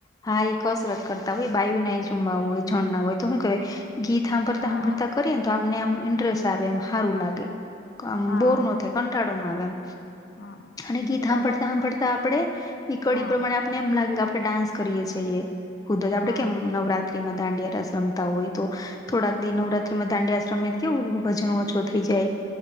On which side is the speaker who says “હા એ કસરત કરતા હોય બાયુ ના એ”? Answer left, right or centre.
Left